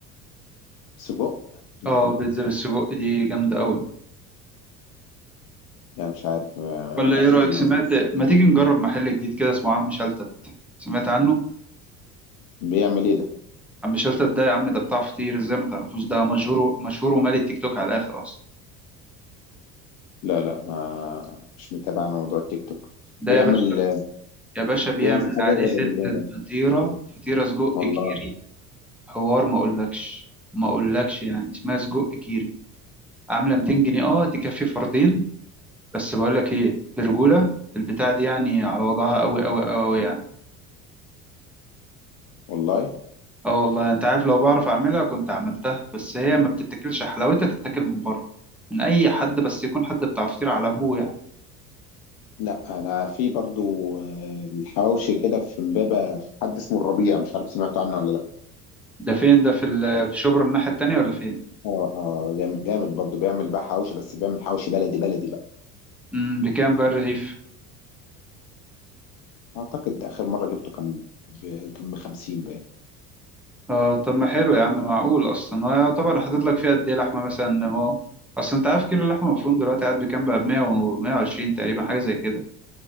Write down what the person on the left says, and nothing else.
سجق لا
لا مش عارف ما-
مش
هتيجي
معايا
بيعمل ايه ده
لا لا ما مش متابع انا موضوع التيك توك
بيعمل
بيعمل حاجة
غير
ال...
والله
والله
لا انا في برضو آه، الحواوشي كده في امبابة في حد اسمه الربيع مش عارف سمعت عنه ولا لا
اه اه جامد جامد برضو بيعمل بقى حواوشي بس بيعمل حواوشي بلدي بلدي بقى
اعتقد اخر مره جبته كان ب... كان ب 50 باين